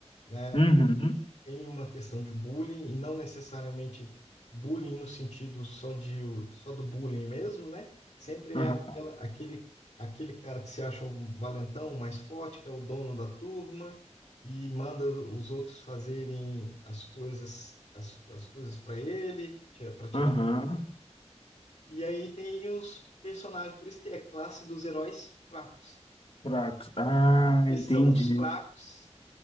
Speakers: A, on the left (about 75°); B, on the left (about 55°).
A: né?
B: Uhum.
A: tem uma questão de bullying e não necessariamente bullying no sentido só de só do bullying mesmo, né? Sempre
B: Uhum.
A: é aquela- aquele aquele cara que se acha um valentão, um mais forte, que é o dono da turma e manda os outros fazerem as coisas as, as coisas para ele, para tirar.
B: Aham,
A: E aí tem os personagens, por isso que é classe dos heróis fracos,
B: fracos. Ah,
A: que
B: entendi.
A: são os fracos